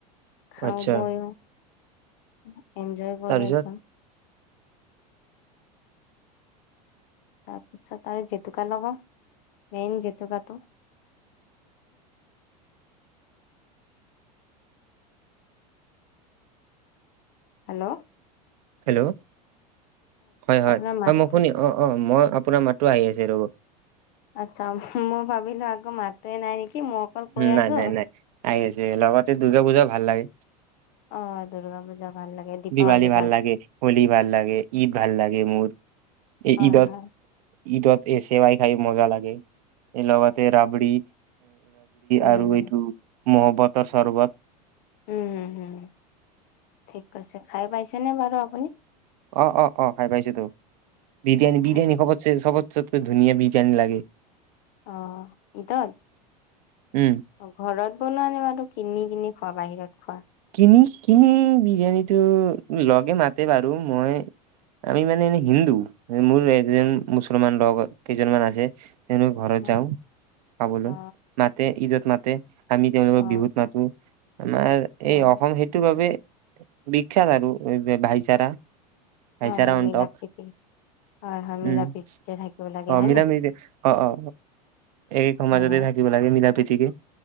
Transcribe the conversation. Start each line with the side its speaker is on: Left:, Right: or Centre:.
Left: খাওঁ
Right: আচ্ছা
Left: বৈও'। ওহো। এনজয় কৰো
Right: তাৰপিছত
Left: একদম। তাৰপিছত আৰু জেতুকা লগাও মেইন জেতুকাটো। হেল্ল'?
Right: হেল্ল'? হয় হয়
Left: আপোনাৰ
Right: হয়
Left: মাতটো
Right: মই শুনি অ অ মই আপোনাৰ মাতো আহি আছে ৰ'ব।
Left: আচ্ছা মই ভাবিলো আকৌ মাতে নাই নেকি? মই অকল কৈ
Right: নাই
Left: আছো
Right: নাই নাই আহি আছে লগতে দুৰ্গা পূজাও ভাল লাগে।
Left: অ দুৰ্গা পূজা ভাল লাগে দীপাৱলী
Right: দিৱালী ভাল লাগে হোলী ভাল লাগে ঈদ ভাল লাগে মোৰ এই
Left: হয়
Right: ঈদত
Left: হয়
Right: ঈদত এই চেৱাই খাই মজা লাগে লগতে ৰাবৰি
Left: উম
Right: আৰু
Left: উম
Right: এইটো মহব্বতৰ চৰ্বত
Left: উম হম হম ঠিক কৈছে খাই পাইছেনে বাৰু আপুনি?
Right: অ' অ' অ' ভাই পাইছো তো। বিৰিয়ানী
Left: আচ্ছা
Right: বিৰিয়ানী খবতছে সবত চবকে ধুনীয়া বীজ আানী লাগে।
Left: অ'ঈদৰ
Right: উম
Left: অ' ঘৰত বনোৱা নিমাতো আৰু কিনি কিনি খোৱা বাহিৰত খোৱা।
Right: কিনি কিনি বিৰিয়ানীটো লগে মাতে বাৰু মই আমি মানে এনে হিন্দু মোৰ এজন মুছলমান লগ কেইজনমান আছে তেনে ঘৰত
Left: উম,
Right: যাওঁ খাবলৈ
Left: অ
Right: মাতে ঈদত তোমাতে আমি তেওঁলোকৰ
Left: অ
Right: বিহুত মাতো এনে
Left: অ
Right: এই অসম সেইটো বাবে বিখ্যাত আৰু ভাইচাৰা। ভাইচাৰা
Left: হয় হয়
Right: অন্তক
Left: মিলা প্ৰীতি হয় হয়
Right: ও'
Left: মিলা প্ৰীতিৰে থাকিব লাগে
Right: অ
Left: হয়
Right: মিলামিলিতে
Left: নে
Right: অ' অ' এই সমাজতে
Left: হয় হয়
Right: থাকিব লাগে মিলাম <unintelligible>